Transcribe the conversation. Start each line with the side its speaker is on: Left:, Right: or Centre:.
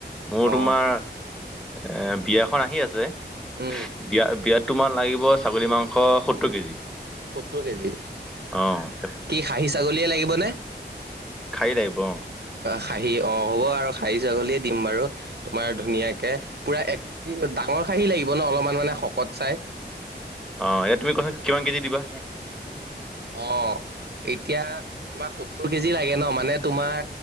Centre: মোৰ
Right: অ
Centre: তোমাৰ এ বিয়াখন আহি আছে
Right: উম
Centre: বিয়া বিয়াত তোমাৰ লাগিব ছাগলী মাংস সত্তৰ কেজি
Right: সত্তৰ কেজি
Centre: অ', এতিয়া
Right: কি খাহী ছাগলীয়ে লাগিবনে
Centre: খাহী লাগিব অ
Right: খাহি অ হ'ব আৰু খাহী ছাগলীয়ে দিম বাৰু তোমাৰ ধুনীয়াকে পুৰা এক পি ডা ঙৰ খাহী লাগিব ন অলপমান মানে শকত চাই
Centre: অহ এতিয়া তুমি কোৱাচোন কিমান কেজি দিবা
Right: অ এতিয়া তোমাক সত্তৰ কেজি লাগে ন মানে তোমাৰ